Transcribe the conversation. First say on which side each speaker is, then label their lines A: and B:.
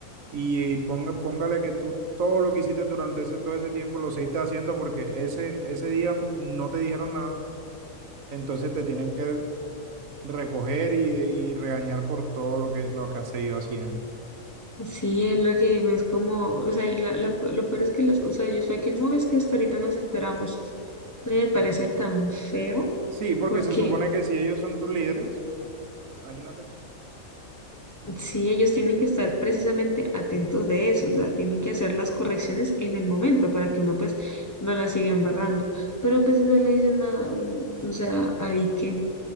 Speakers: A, on the right; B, on the left.
A: y, y ponga, póngale que tú todo lo que hiciste durante ese, todo ese tiempo lo seguiste haciendo porque ese, ese día no te dijeron nada, entonces te tienen que recoger y, y regañar por todo lo que, lo que has seguido haciendo.
B: Sí, es lo que digo, es como, o sea, y la- la- lo peor es que la excusa de ellos fue que no, es que hasta ahorita nos enteramos. Me parece tan feo,
A: Sí, porque
B: porque,
A: se supone que si ellos son tus líderes, imagínate.
B: Sí, ellos tienen que estar precisamente atentos de eso, o sea, tienen que hacer las correcciones en el momento para que uno pues no la siga embarrando. Pero pues si no le dicen nada a uno, o sea, ahí que,